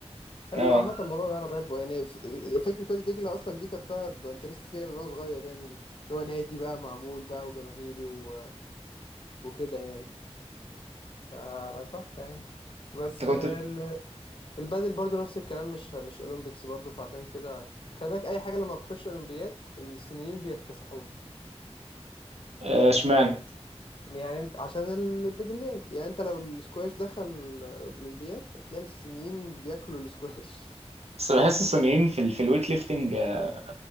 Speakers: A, on the left; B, on the right.
A: حلو
B: اه
A: عامة الموضوع ده أنا بحبه يعني ف- فكرة وادي دجلة أصلا دي كنت بانترست فيها من وأنا صغير يعني اللي هو نادي بقى معمول بقى وجماهيري و... وكده يعني فتحفة يعني بس
B: انت كنت
A: ال... البادل برضو نفس الكلام مش مش أولمبيكس برضو فعشان كده تخلي بالك أي حاجة لما بتخش أولمبياد الصينيين بيكتسحوها
B: آه، اشمعنى
A: يعني يعني أنت عشان البدليات يعني أنت لو السكواش دخل أولمبياد هتلاقي الصينيين بياكلوا السكواش
B: بس بحس الصينيين في ال... في الويت ليفتنج آه،